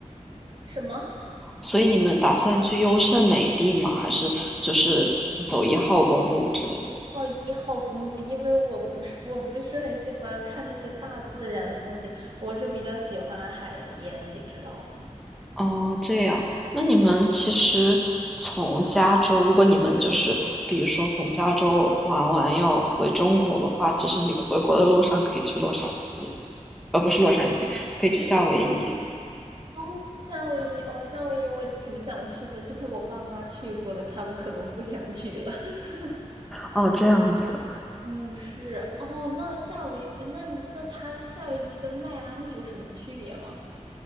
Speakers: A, on the right; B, in the centre.
A: 什么？
B: 所以你们打算去优胜美地吗？还是就是走一号公路之类的？
A: 哦，一号公路，因为我不是我不是很喜欢看那些大自然风景，我是比较喜欢海边，你知道吗？
B: 哦，这样，那你们其实从加州，如果你们就是，比如说从加州玩完要回中国的话，其实你们回国的路上可以去洛杉矶，呃，不是洛杉矶，可以去夏威夷。
A: 嗯，哦，夏威夷，哦，夏威夷我挺想去的，就是我爸妈去过了，他们可能不想去了。<laughs>
B: 哦，这样子，
A: 嗯，是，哦，那夏威，呃那你那它夏威夷跟迈阿密有什么区别吗？